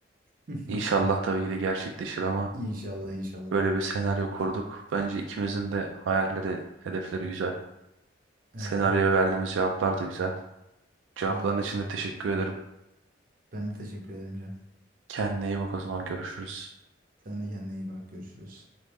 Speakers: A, on the right; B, on the right.
A: <laughs>
B: İnşallah tabii ki de gerçekleşir ama
A: İnşallah inşallah.
B: böyle bir senaryo kurduk. Bence ikimizin de hayalleri, hedefleri güzel. Senaryoya
A: Evet
B: verdiğimiz cevaplar da güzel. Cevapların
A: doğru.
B: için de teşekkür ederim.
A: Ben de teşekkür ederim canım.
B: Kendine iyi bak o zaman görüşürüz.
A: Sen de kendine iyi bak görüşürüz.